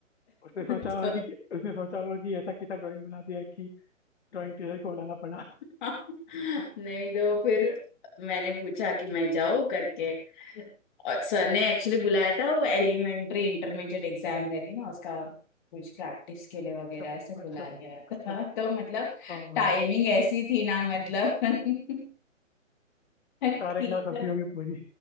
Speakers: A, on the left; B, on the left.
A: उसने सोचा
B: तो
A: होगा कि उसने सोचा होगा कि ऐसा कैसा ड्राइंग बना दिया कि ड्राइंग टीचर को बुलाना पड़ा
B: <laughs> नहीं तो फिर मैंने पूछा कि मैं जाऊँ करके और सर ने एक्चुअली बुलाया था वो एलिमेंट्री इंटरमीडिएट एग्जाम रहती ना उसका कुछ प्रैक्टिस के लिए वगैरह
A: अच्छा
B: ऐसे
A: अच्छा
B: बुला गया
A: अच्छा
B: था <laughs> तो मतलब
A: हाँ
B: टाइमिंग
A: हाँ
B: ऐसी थी ना मतलब <laughs> टीचर
A: सारे क्लास हंसी होगी पूरी